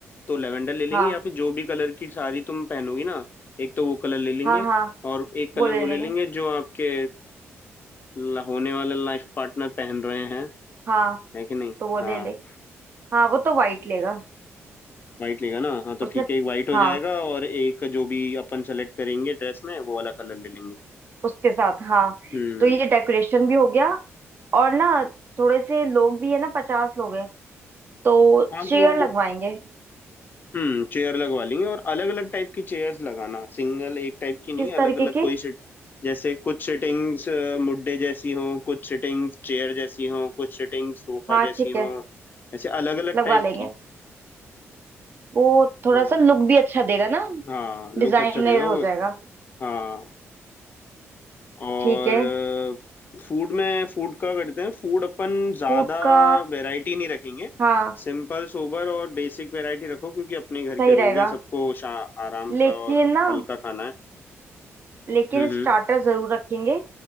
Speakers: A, on the left; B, on the right.
A: तो लेवेंडर ले लेंगे
B: हाँ
A: या फिर जो भी कलर की साड़ी तुम पहनोगी ना एक तो वो कलर ले लेंगे
B: हाँ हाँ
A: और एक कलर
B: वो ले
A: वो ले
B: लेगा
A: लेंगे जो आपके ल- होने वाले लाइफ पार्टनर पहन रहे हैं
B: हाँ
A: है कि नहीं
B: तो वो ले
A: हाँ
B: ले हाँ वो तो वाइट लेगा
A: वाइट लेगा ना हाँ तो
B: उसने
A: ठीक है एक वाइट हो
B: हाँ
A: जाएगा और एक जो भी अपन सेलेक्ट करेंगे ड्रेस में वो वाला कलर ले लेंगे
B: उसके साथ हाँ
A: हम्म
B: तो ये डेकोरेशन भी हो गया और ना थोड़े से लोग भी है ना पचास लोग हैं तो
A: हाँ
B: चेयर
A: तो
B: लगवाएंगे
A: हम्म चेयर लगवा लेंगे और अलग अलग टाइप की चेयर्स लगाना सिंगल एक टाइप की नहीं
B: किस
A: अलग
B: तरीके
A: अलग कोई
B: की
A: सिट जैसे कुछ सिटिंग्स मुड्डे जैसी हों कुछ सिटिंग्स चेयर जैसी हों कुछ सिटिंग्स सोफा
B: हाँ
A: जैसी
B: ठीक है
A: हों ऐसे अलग अलग
B: लगवा
A: टाइप
B: लेंगे
A: की
B: वो थोड़ा
A: हाँ
B: सा लुक भी अच्छा देगा ना
A: हाँ लुक
B: डिजाइनर
A: अच्छा देगा वो
B: हो जाएगा
A: हाँ और
B: ठीक है
A: फूड में फूड का करते हैं फूड अपन ज़्यादा
B: फूड का
A: वैरायटी नहीं रखेंगे
B: हाँ
A: सिंपल सोबर और बेसिक वैरायटी रखो क्योंकि अपने घर
B: सही
A: के लोग
B: रहेगा
A: हैं सबको शा आराम
B: लेकिन
A: का और
B: ना
A: हल्का खाना है
B: लेकिन
A: हम्म
B: स्टार्टर
A: हम्म।
B: जरूर रखेंगे